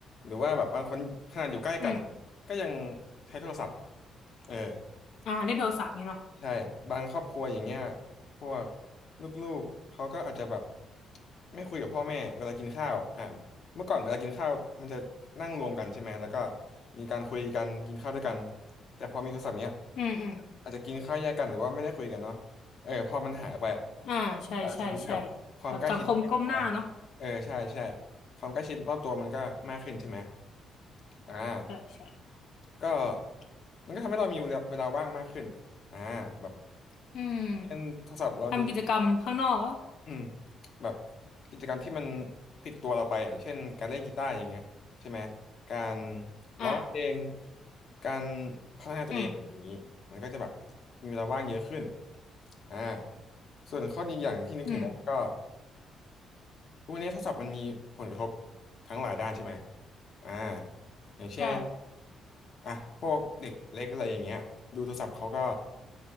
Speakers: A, on the left; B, on the left.
A: หรือว่าแบบบางคนขนาดอยู่ใกล้กันอะก็ยัง
B: อืม
A: ใช้โทรศัพท์เออ
B: อ่าเล่นโทรศัพท์นี่เนาะ
A: ใช่บางครอบครัวอย่างเงี้ยพวกลูกๆเขาก็อาจจะแบบไม่คุยกับพ่อแม่เวลากินข้าวอ่าเมื่อก่อนเวลากินข้าวมันจะนั่งรวมกันใช่ไหมแล้วก็มีการคุยกันกินข้าวด้วยกันแต่พอมีโทรศัพท์เนี้ย
B: อืมอืม
A: อาจจะกินข้าวแยกกันหรือว่าไม่ได้คุยกันเนาะเออพอมันหายไปอะ
B: อ่าใช่ใช่ใช่
A: ก็อาจจะทำให้แบบความใกล้ชิดครอบครัว
B: แบบสังคมก้มหน้าเนาะ
A: เออใช่ใช่ความใกล้ชิดรอบตัวมันก็มากขึ้นใช่ไหมอ่า
B: ใช่ใช่
A: ก็มันก็ทำให้เรามีเวลาเวลาว่างมากขึ้นอ่าแบบ
B: อืม
A: เล่นโทรศัพท์เราดู
B: ทำกิจกรรมข้างนอกอ่
A: อืมแบบกิจกรรมที่มันติดตัวเราไปอย่างเช่นการเล่นกีตาร์อย่างเงี้ยใช่ไหมการ
B: อ่า
A: ร้องเพลงการพัฒนาตัวเองอย่างนี้มันก็จะแบบ
B: อืม
A: มีเวลาว่างเยอะขึ้นอ่าส่วนข้อดีอย่างที่นึกถึงได้ก็
B: อืม
A: พวกนี้โทรศัพท์มันมีผลกระทบทั้งหลายด้านใช่ไหมอ่าอย่างเช่น
B: ใช่
A: อ่ะพวกเด็กเล็กอะไรอย่างเงี้ยดูโทรศัพท์เขาก็